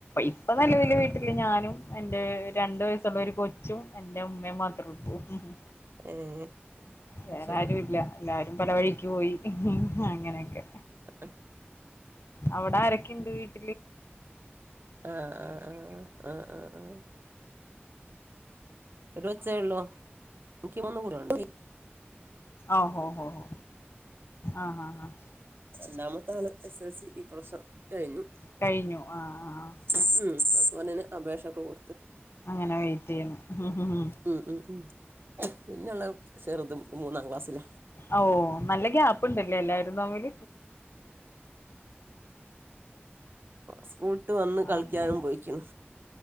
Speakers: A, on the left; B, on the right.
A: ഇപ്പൊ നിലവിൽ
B: ആഹ് ആഹ്
A: വീട്ടില് ഞാനും എന്റെ രണ്ട് വയസ്. ള്ള ഒരു കൊച്ചും എന്റെ ഉമ്മയും മാത്രമേ ഉള്ളൂ ഉം.
B: ഏഹ് അത്
A: വേറെ
B: ശരി
A: ആരും ഇല്ല എല്ലാരും. പലവഴിക്ക് പോയി അങ്ങനെയൊക്കെ.
B: ക്ക്
A: അവിടെ ആരൊക്കെയുണ്ട് വീട്ടിൽ.
B: ആഹ് ആഹ് ആഹ് ആഹ് അഹ് - ഒരുകൊച്ചേ ഉള്ളൂ എനിക്ക് മൂന്ന് കൂട്ടി-
A: ഓഹോ ഹോ ഹോ ആഹ് ആഹ് ആഹ് -
B: ന്താണ്. മൂത്താൾ എസ് എസ് എൽ സി ഈ പ്രൊവിഷം കഴിഞ്ഞു.
A: കഴിഞ്ഞു ആഹ് ആഹ്
B: ഹമ്. ഓനാനേ അപേക്ഷയൊക്കെ കോ
A: അങ്ങനെ വെയിറ്റ് ചെയുന്നു. ഹ്മ് ഹ്മ്.
B: ഉം ഉം ഉം പിന്നെുള്ള ചെറുതും മൂന്നാം ക്ലാസ്സില.
A: ഓ നല്ല ഗ്യാപ് ഉണ്ടല്ലേ എല്ലാരും തമ്മിൽ.
B: സ്കൂൾ വിട്ട് വന്ന് കളിക്കാനും
A: അങ്ങനെ
B: പോയിക്കണ്.